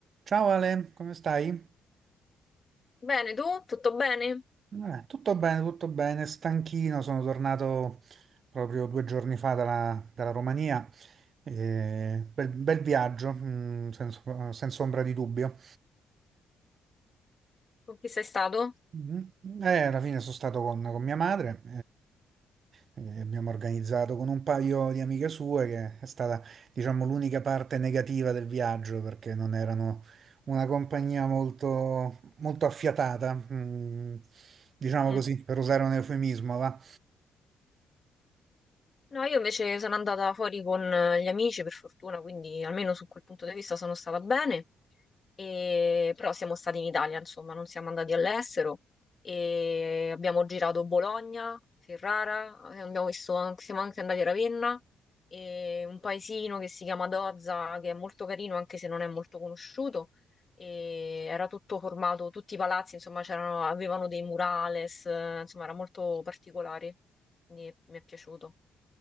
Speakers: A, on the right; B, on the left.
A: Ciao Ale, come stai?
B: Bene, tu? Tutto bene?
A: Eh, tutto bene, tutto bene, stanchino, sono tornato proprio due giorni fa dalla, dalla Romania, Eh, bel, bel viaggio, mm, senso- senza ombra di dubbio.
B: Con chi sei stato?
A: Mhm. Eh, alla fine sono stato con, con mia madre, eh, e abbiamo organizzato con un paio di amiche sue, che è stata, diciamo, l'unica parte negativa del viaggio, perché non erano una compagnia molto, molto affiatata, mm, diciamo
B: Mm.
A: così, per usare un eufemismo, va?
B: No, io invece sono andata fuori con eh, gli amici, per fortuna, quindi almeno su quel punto di vista sono stata bene. E- però siamo stati in Italia, insomma, non siamo andati all'estero e abbiamo girato Bologna, Ferrara, eh, abbiamo visto anche- siamo anche andati a Ravenna e un paesino che si chiama Dozza, che è molto carino anche se non è molto conosciuto. E era tutto formato, tutti i palazzi, insomma, c'erano, avevano dei murales, eh, insomma, era molto particolare. Quindi mi è piaciuto.